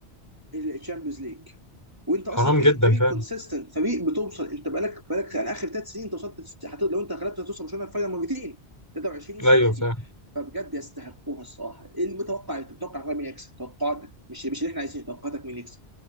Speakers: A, on the right; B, on the left.
A: الشامبيونز ليج وانت اصلا
B: حرام
A: فريق
B: جدا
A: فريق
B: فاهم
A: كونسيستنت فريق بتوصل انت بقالك بقالك يعني اخر ثلاث سنين انت وصلت هت- لو انت غلبت هتوصل برشلونه الفاينل مرتين 23 والسنه
B: ايوه
A: دي
B: فاهم
A: فبجد يستحقوها الصراحه ايه المتوقع إيه؟ انت متوقع فعلا مين يكسب توقعاتك مش مش اللي احنا عايزينه توقعاتك مين يكسب